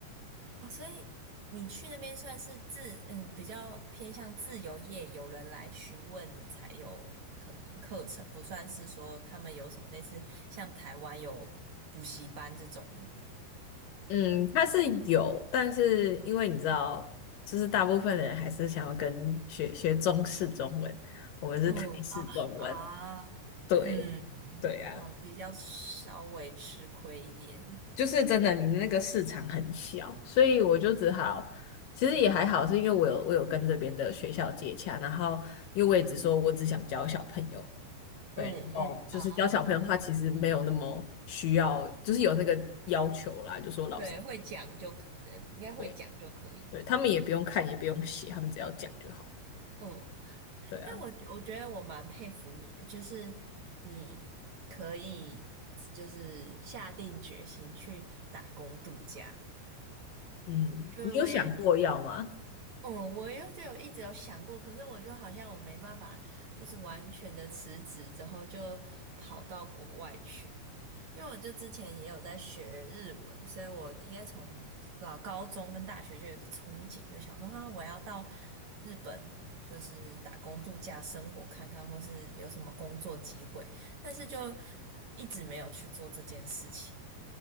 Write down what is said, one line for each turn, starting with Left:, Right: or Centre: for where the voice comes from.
Right: 哦，所以你去那边算是自嗯比较偏向自由业，有人来询问你才有可能课程，不算是说他们有什么类似像台湾有补习班这种。
Left: 嗯，他是有，但是因为你知道，就是大部分人还是想要跟学学中式中文，我们是台式中文。
Right: 嗯啊啊，
Left: 对，
Right: 嗯嗯，
Left: 对啊，
Right: 比较稍微吃亏一点。
Left: 就是真的，你那个市场很小，所以我就只好，其实也还好，是因为我有我有跟这边的学校接洽，然后因为我也只说我只想教小朋友，对，
Right: 嗯嗯，
Left: 然后就是教小朋友的话，
Right: 啊。
Left: 其实没有那么需要，就是有那个要求啦，就说老师，
Right: 对，会讲就可，呃应该会讲就可以。
Left: 对对，他们也不用看，也不用写，他们只要讲就好。
Right: 嗯，
Left: 对啊，
Right: 但我我觉得我蛮佩服你的，就是你可以就是下定决心去打工度假。
Left: 嗯，
Right: 就是我也
Left: 你有想过要吗？
Right: 嗯，我又就有一直有想过，可是我就好像我没办法，就是完全的辞职之后就跑到国外去，因为我就之前也有在学日文，所以我应该从老高中跟大学就有一个憧憬，就想说啊，我要到日本就是打工度假生活看看，或是有什么工作机会，但是就一直没有去做这件事情。